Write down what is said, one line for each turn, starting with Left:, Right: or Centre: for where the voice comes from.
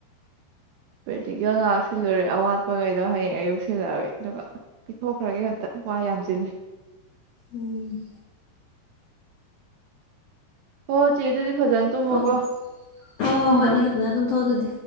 Right: ꯄ꯭ꯔꯦꯛꯇꯤꯀꯦꯜ ꯉꯍꯥꯛ ꯁꯤꯜꯂꯨꯔꯦ ꯑꯋꯥꯠꯄꯈꯩꯗꯣ ꯍꯌꯦꯡ ꯑꯌꯨꯛ ꯁꯤꯜꯂꯛꯑꯒꯦ ꯑꯗꯨꯒ ꯄꯤꯊꯣꯛꯈ꯭ꯔꯒꯦ ꯍꯦꯛꯇ ꯋꯥ꯭ꯏ ꯌꯥꯝꯆꯤꯜꯂꯤ
Left: ꯎꯝ
Right: ꯍꯣꯠ ꯏꯆꯦꯗꯨꯗꯤ ꯐꯖꯅ ꯇꯨꯝꯃꯣꯀꯣ
Left: ꯑꯣ ꯍꯣꯏ ꯍꯣꯏ
Right: ꯊꯝꯃꯒꯦ
Left: ꯍꯣꯏ ꯅꯪꯁꯨ ꯐꯖꯅ ꯇꯨꯝꯊꯣꯛꯑꯣ ꯑꯗꯨꯗꯤ